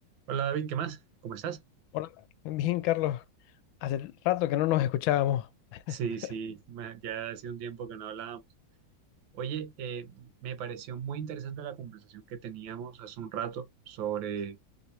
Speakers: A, on the right (about 80°); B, on the left (about 85°).
A: Hola David, ¿qué más? ¿Cómo estás?
B: Hola, bien, Carlos. Hace rato que no nos escuchábamos <laughs>
A: Sí, sí, ma- ya hace un tiempo que no hablábamos. Oye, eh, me pareció muy interesante la conversación que teníamos hace un rato sobre,